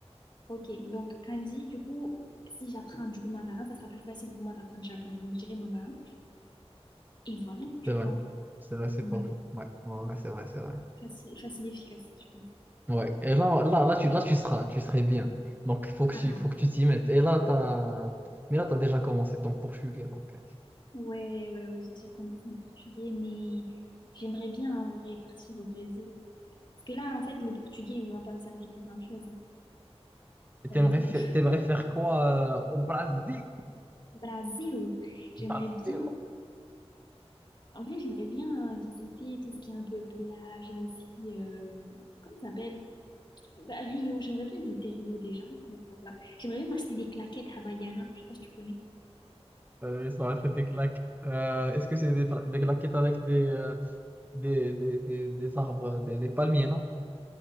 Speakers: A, on the left; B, on the right.
A: Ok, donc Kandi, du coup, si j'apprends du coup le mandarin, ça sera plus facile pour moi d'apprendre le japonais. Donc je dirais mandarin. Et voilà, je
B: C'est vrai.
A: crois.
B: C'est vrai, c'est
A: Ouais,
B: pas faux. Ouais, ouais, ouais, c'est vrai, c'est vrai.
A: facile, facile et efficace, je pense.
B: Ouais. Et là, là, là, tu, là, tu seras, tu serais bien. Donc, faut que
A: Ah,
B: tu, faut que tu t'y mettes. Et là, t'as... Mais là, tu as déjà commencé ton portugais. Donc...
A: ouais, ouais, ouais, j'ai déjà commencé le portugais, mais j'aimerais bien en vrai partir au Brésil. Parce que là, en fait, le portugais, il va pas me servir à grand-chose, hein,
B: Et
A: honnêtement.
B: t'aimerais, fa-
A: <laughs>
B: t'aimerais faire quoi euh, au Brésil?
A: Brésil, j'aimerais
B: Brasil.
A: bien. En vrai, j'aimerais bien euh, visiter tout ce qui est un peu plage, mais aussi, euh, comment ça s'appelle? Bah, Rio, j'aimerais bien visiter Rio déjà, on commence par là. J'aimerais bien m'acheter des claquettes Havaianas, je sais pas si tu connais.
B: Euh, ça va être des claques. Euh, est-ce que c'est des, fla- des claquettes avec des, euh, des, des, des, des arbres, des, des palmiers, non?